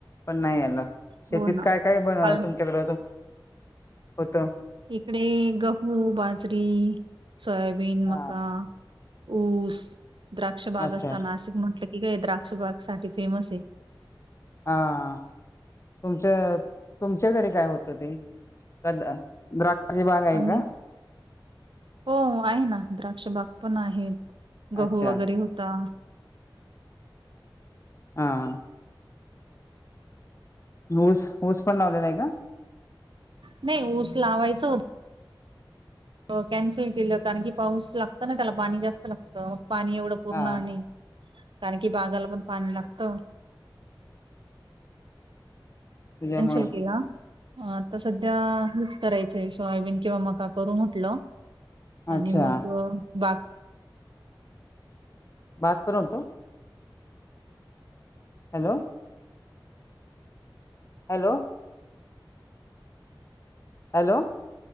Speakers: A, on the left; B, on the right.
A: पण नाही आल. शेतीत
B: हो ना.
A: काय काय बन
B: काल
A: तुमच्याकड होत?
B: इकडे गहू, बाजरी, सोयाबीन, मका.
A: हा
B: ऊस, द्राक्षबाग
A: अच्छा
B: असता. नाशिक म्हटलं की काय द्राक्षबाग साठी फेमस आहे.
A: हा. तुमच तुमच्या घरी काय होत ते? <unintelligible> आहे
B: आणि,
A: का
B: हो आहे ना. द्राक्ष बाग पण आहेत. गहू
A: अच्छा
B: वगैरे होता.
A: हा. ऊस, ऊस पण लावलेला आहे का?
B: नाही ऊस लावायचा हो - हो. कॅन्सल केलं कारण की पाऊस लागत ना त्याला? पाणी जास्त लागतं मग पाणी एवढं पुरणार
A: हा
B: नाही. कारण की बागाला पण पाणी लागतं.
A: त्याच्यामुळे
B: कॅन्सल केला हां. आता सध्या हेच - करायचंय. सोय बीन किंवा मका करू म्हटलं आणि
A: अच्छा
B: मग -
A: भातपण होतो? हॅलो. हॅलो. हॅलो.